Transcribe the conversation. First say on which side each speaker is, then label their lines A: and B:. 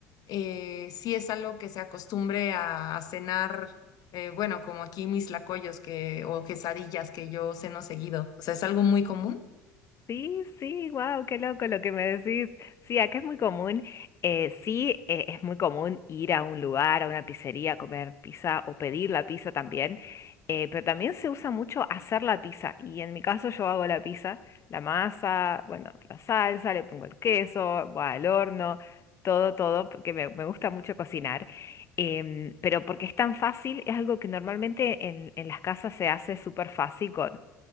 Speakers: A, on the left (about 50°); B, on the left (about 35°).
A: eh, sí es algo que se acostumbre a, a cenar, eh, bueno, como aquí mis lacoyos que, o quesadillas que yo ceno seguido, o sea, es algo muy común.
B: Sí, sí, wow, qué loco lo que me decís. Sí, acá es muy común, eh, sí, eh, es muy común ir a un lugar, a una pizzería, a comer pizza o pedir la pizza también, eh, pero también se usa mucho hacer la pizza y en mi caso yo hago la pizza, la masa, bueno, la salsa, le pongo el queso, va al horno, todo, todo, porque me, me gusta mucho cocinar, em, pero porque es tan fácil, es algo que normalmente en, en las casas se hace súper fácil con